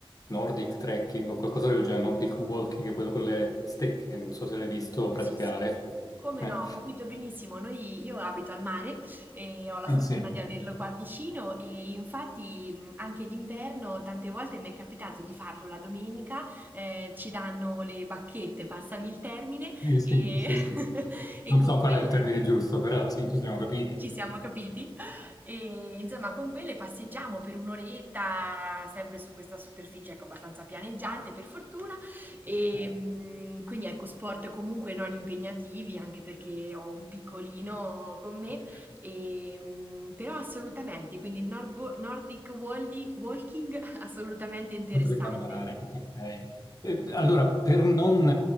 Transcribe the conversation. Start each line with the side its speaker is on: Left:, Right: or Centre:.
Left: Nordic trekking o qualcosa del genere, Nordic walking, quello con le stecche, non so se l'hai visto praticare.
Right: Sì, sì. Come
Left: Eh,
Right: no, ho capito benissimo. Noi, io abito al mare e ho la
Left: ah,
Right: fortuna
Left: sì,
Right: di averlo qua vicino e infatti mh, anche d'inverno tante volte mi è capitato di farlo la domenica, eh, ci danno le bacchette, passami il termine,
Left: sì, sì,
Right: e,
Left: sì, sì.
Right: <laughs> e
Left: Non
Right: con
Left: so
Right: quelle
Left: qual è il termine giusto, però sì, ci siamo capiti.
Right: ci siamo capiti? E insomma, con quelle passeggiamo per un'oretta, sempre su questa superficie, ecco, abbastanza pianeggiante per fortuna. E
Left: Eh.
Right: mm, quindi ecco, sport comunque non impegnativi, anche perché ho un piccolino con me,
Left: ok.
Right: e, mm, però assolutamente, quindi il Nord- Nordic Waldi- Walking <laughs> assolutamente interessante.
Left: Potrebbe andare, ok. E, allora, per non